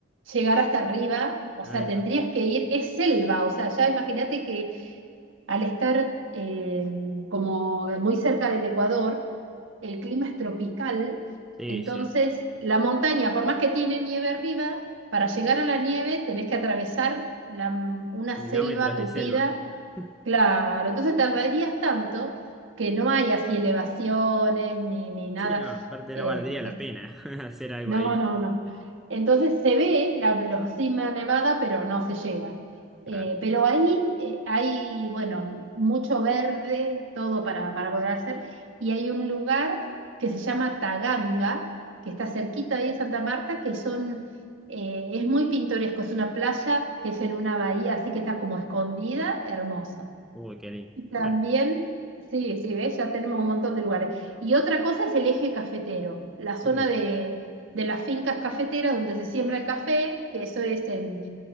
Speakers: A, on the right; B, in the centre.
A: llegar hasta arriba. O
B: Ahí
A: sea, tendrías
B: va.
A: que ir, es selva, o sea, ya imagínate que al estar eh, como muy cerca del Ecuador, el clima es tropical,
B: Sí,
A: entonces
B: sí.
A: la montaña, por más que tiene nieve arriba, para llegar a la nieve tenés que atravesar la- una
B: Kilómetros
A: selva tupida.
B: de selva. <laughs>
A: Claro, entonces tardarías tanto que no hay así elevaciones ni, ni nada.
B: Sí, no, aparte
A: Eh,
B: no valdría la
A: este,
B: pena <laughs> hacer algo
A: no,
B: ahí.
A: no, no. Entonces se ve la, la cima nevada, pero no se llega.
B: Claro.
A: Eh, pero ahí eh, hay, bueno, mucho verde, todo para, para poder hacer. Y hay un lugar que se llama Taganga, que está cerquita ahí de Santa Marta, que son, eh, es muy pintoresco. Es una playa que es en una bahía, así que está como escondida, hermoso.
B: Uy, qué lindo.
A: También,
B: Bueno,
A: sí, sí, ¿ves? Ya tenemos un montón de lugares. Y otra cosa es el eje cafetero, la zona
B: uy.
A: de, de las fincas cafeteras donde se siembra el café, que eso es en,